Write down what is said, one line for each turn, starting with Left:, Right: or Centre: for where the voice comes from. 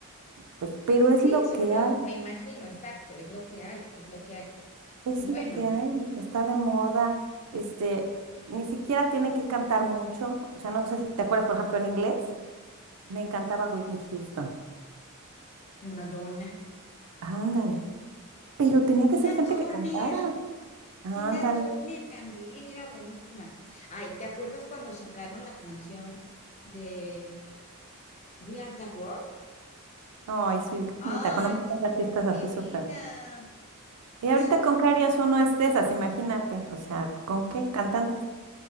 Right: pues, pero es
Left: Sí,
Right: lo
Left: son
Right: que
Left: los,
Right: hay.
Left: me imagino, exacto, es lo que hay, es lo que hay.
Right: Es
Left: Bueno,
Right: lo que hay, lo que está de moda. Este, ni siquiera tienen que cantar mucho. O sea, no sé si te acuerdas, por ejemplo, en inglés, me encantaba Whitney Houston.
Left: Madonna.
Right: Ándale. Pero tenía
Left: Tina
Right: que ser gente
Left: Turner,
Right: que cantara. Ándale.
Left: Tina Turner también era buenísima. Ay, ¿te acuerdas cuando sacaron la canción de We Are the World?
Right: Ay, sí, qué
Left: Ay,
Right: bonita, con un montón
Left: qué
Right: de
Left: se
Right: artistas así
Left: divina.
Right: súper. ¿Y
Left: Eso
Right: ahorita con qué harías uno es de esas? Imagínate. O sea, ¿con qué? Cantantes.